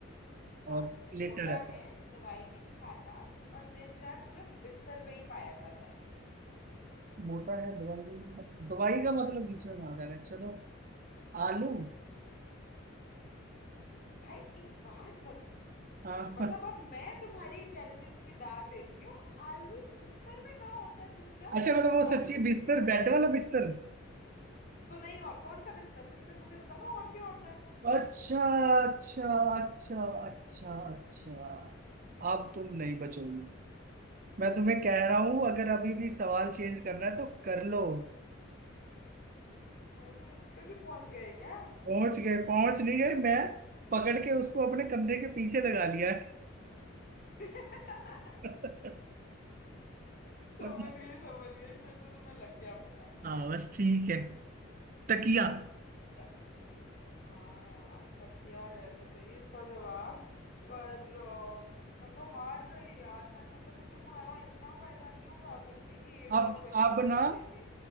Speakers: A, on the left; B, on the right.
A: हाँ
B: और लेटर
A: मोटा
B: रहता
A: है
B: है
A: दवाई भी नहीं खाता और दिन रात सिर्फ बिस्तर पे ही पाया जाता है
B: मोटा है दवाई दवाई का मतलब बीच में भागा है चलो आलू
A: भाई एक बात
B: हाँ
A: मतलब
B: <laughs>
A: अब मैं तुम्हारी इंटेलिजेंस की दाद देती हूँ आलू बिस्तर में कहाँ होता है दिन रात
B: अच्छा मतलब वो सच्ची
A: आलू तुम
B: बिस्तर
A: बिस्तर में
B: बेड
A: रखते
B: वाला
A: हो
B: बिस्तर
A: तो नहीं और कौन सा बिस्तर बिस्तर मुझे बताना और क्या होता है
B: अच्छा अच्छा अच्छा अच्छा अच्छा अब तुम नहीं बचोगी मैं तुम्हें कह रहा हूं अगर अभी भी सवाल चेंज करना है तो कर लो
A: भाई तुम इस पे भी पहुंच गए क्या
B: पहुंच गए पहुंच नहीं गए मैं पकड़ के उसको अपने कंधे के पीछे लगा लिया है
A: <laughs>
B: <laughs>
A: समझ
B: मतलब
A: गई समझ गई फिर तो तुम्हें लग गया पता
B: हाँ बस ठीक है तकिया
A: क्या हाँ यार तकिया है तो सही इसका जवाब पर अ, मैं तो हार गई यार मैं मतलब मैं तुम्हारा इतना फायदा नहीं उठा सकती कि एक
B: अब
A: और क्वेश्चन
B: अब
A: बदल
B: ना
A: लेती